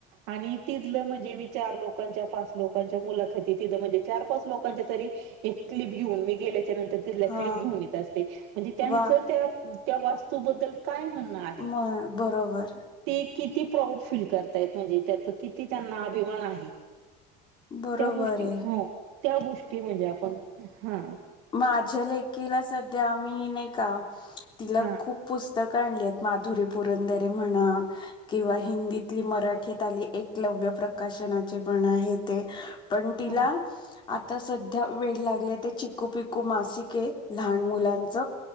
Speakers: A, on the right; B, on the left.
A: आणि तिथलं म्हणजे मी चार लोकांच्या पांच लोकांच्या मुलाखती तिथं म्हणजे चार पांच लोकांच्या तरी एक क्लिप घेऊन मी गेल्यांच्या नंतर तिला
B: हा
A: क्लिप घेऊन येतं असते म्हणजे त्यांचं
B: वा
A: त्यां त्यां वास्तूनबद्दल कायं म्हणणं आहे
B: म बरोबर
A: ते किती प्राऊड फील करतायंत म्हणजे त्यांचं किती त्यांना अभिमान आहे
B: बरोबर
A: त्यां गोष्टी
B: आहे.
A: हो त्यां गोष्टी म्हणजे आपणं हां
B: मांझ्या लेकी लां संध्या मी नाहीं कां तिलां
A: हा
B: खूंप पुस्तकं कांलीत माधुरी पुरंदरे म्हंणा किंवा हिंदीतीली मराठीत आलीं एकलव्य प्रकाशनाची म्हंण आहे ते पणं तिला
A: हो
B: आंता संध्या वेळं लागले त्यांची पी कूं पिंकू मासिके आहे लहांन मुलांच